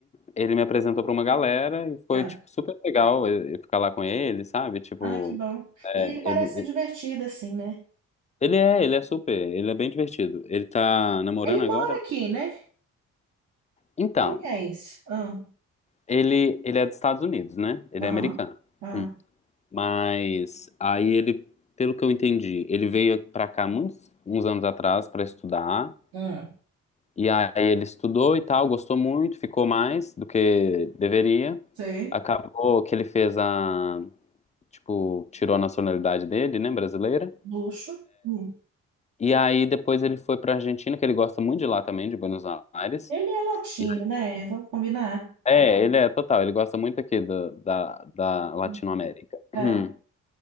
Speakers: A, on the left; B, on the right.
A: ele me apresentou para uma galera e foi,
B: Ah,
A: tipo, super legal eu- eu ficar lá com ele, sabe? Tipo,
B: ah, que bom.
A: é,
B: E ele parece
A: ele,
B: ser divertido, assim, né?
A: ele é, ele é super, ele é bem divertido. Ele tá namorando
B: Ele
A: agora?
B: mora aqui, né?
A: Então,
B: Como que é isso? Ah,
A: ele, ele é dos Estados Unidos, né? Ele
B: aham.
A: é americano.
B: Ah,
A: Hum. Mas aí ele, pelo que eu entendi, ele veio para cá muitos, uns anos atrás para estudar.
B: ah,
A: E aí ele estudou e tal, gostou muito, ficou mais do que deveria.
B: sei.
A: Acabou que ele fez a, tipo, tirou a nacionalidade dele, né, brasileira.
B: Luxo. Hum.
A: E aí depois ele foi pra Argentina, que ele gosta muito de lá também, de Buenos Aires.
B: Ele é latino,
A: E-
B: né? Vamos combinar.
A: é, ele é total, ele gosta muito aqui da, da, da Latinoamérica.
B: Hum.
A: <clears throat>
B: Ah,